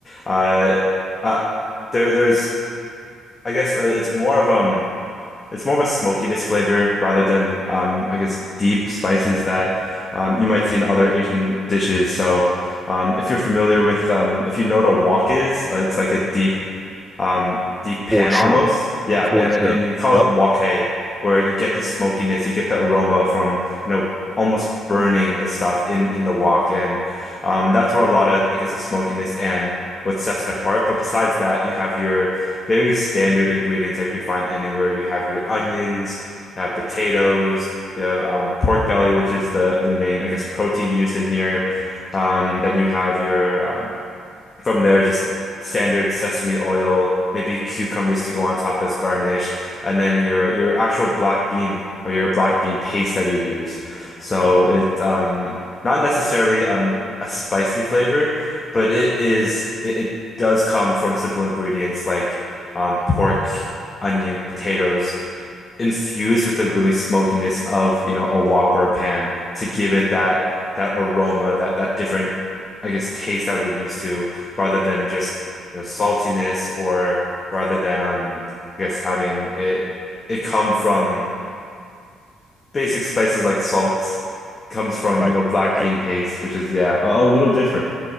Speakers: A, on the left; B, in the centre.
A: uh, uh, there there's, I guess, uh, it's more of um. It's more of a smokiness flavor rather than, um, I guess, deep spices that um, you might see in other Asian dishes. So, um, if you're familiar with, um, if you know what a wok is, uh, it's like a deep um deep pan
B: For sure.
A: almost. Yeah,
B: For
A: and
B: sure.
A: and you call
B: Yep.
A: it wok where you get the smokiness, you get the aroma from, you know, almost burning the stuff in in the wok and um that's where a lot of I guess the smokiness and what sets it apart. But besides that, you have your very standard ingredients that you could find anywhere. You have your onions, you have potatoes, you have um, pork belly, which is the the main I guess protein used in here. Um, then you have your um, from there, just standard sesame oil, maybe cucumbers to go on top as garnish, and then your your actual black bean or your black bean paste that you use. So it um not necessarily um a spicy flavor, but it is it, it does come from simple ingredients like um pork, onion, potatoes infused with the really smokiness of, you know, a wok or a pan to give it that that aroma, that that different, I guess, taste that we're used to, rather than just, you know, saltiness or rather than um I guess having it it come from basic spices like salt, comes from,
B: Right.
A: you know, black
B: Right.
A: bean paste, which is yeah, a, a little different.